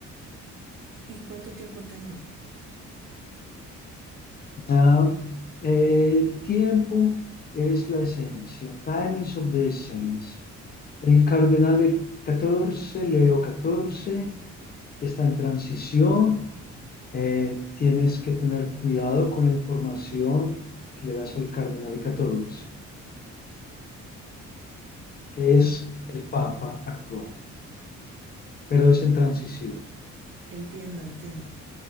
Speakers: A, on the right; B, on the left.
A: ¿Y cuánto tiempo tengo?
B: Ah, el tiempo es la esencia. Time is of the essence. El cardenal 14, Leo 14, está en transición. Eh, tienes que tener cuidado con la información que le das al cardenal 14, que es
A: Mm,
B: el Papa actual, pero es en transición.
A: Entiendo, entiendo.